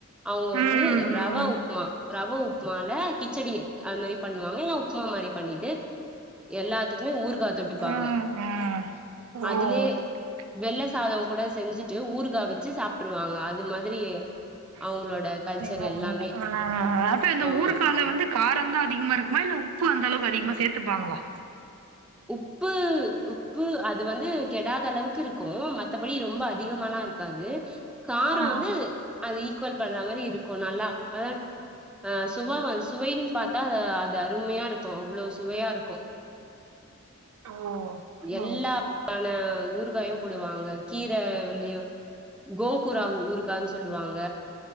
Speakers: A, in the centre; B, on the right.
A: அவங்க
B: ம்
A: வந்து
B: ம்
A: ரவ உப்புமா ரவ உப்புமால கிச்சடி அது மாரி பண்ணுவாங்க இல்னா உப்மா மாரி பண்ணிட்டு எல்லாத்துக்குமே ஊருகா தொட்டுப்பாங்க
B: ம் ம் ஓ
A: அதுலே
B: ஓகே
A: வெள்ள சாத கூட செஞ்சி ட்டு ஊருகா வச்சு சாப்ட்டுருவாங்க அது மாதிரி
B: <unintelligible>
A: அவங்களோட கல்ச்சர்
B: மொறையில
A: எல்லாமே
B: ஆ அது இந்த
A: ஆமா
B: ஊருகால வந்து காரந்தா அதிகமா இருக்குமா இல்ல உப்பு அந்தளவுக்கு அதிகமா சேத்துப்பாங்களா
A: உப்பு உப்பு அது வந்து கெடாத அளவுக்கு இருக்கு மத்தபடி ரொம்ப அதிகமால்லா இருக் காது காரோ
B: ஆ
A: வந்து அது ஈக்குவல் பண்ற மாரி இருக்கு நல்லா அதா ஆ சுவாவ சுவைனு பாத்தா அது அருமையா இருக்கு அவ்ளோ சுவையா இருக்கு
B: ஓ
A: எல்லாமான
B: ஓ
A: ஊறுகாயு போடுவாங்க கீர வெந்திய கோகூராங் ஊருகானு சொல்லுவாங்க